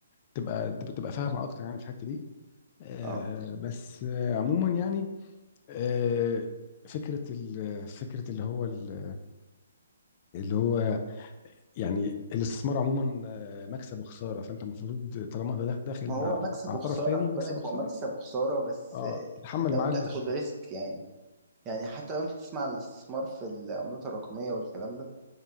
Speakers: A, on the left (about 35°); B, on the right (about 20°).
A: تبقى تبقى تبقى فاهمه اكتر يعني في الحته دي آه
B: اه
A: بس آه عموما يعني آه فكره ال- فكره اللي هو ال- اللي هو يعني الاستثمار عموما آه، مكسب وخساره فانت المفروض طالما ده داخل
B: ما هو
A: مع
B: مكسب
A: مع
B: وخسارة
A: طرف تاني
B: خد
A: مكسب
B: بالك
A: وخساره
B: هو مكسب وخسارة بس
A: اه
B: آه،
A: تتحمل
B: لو
A: معاه
B: انت
A: الاثنين
B: هتاخد ريسك يعني يعني حتى لو انت تسمع عن الاستثمار في العملات الرقمية والكلام ده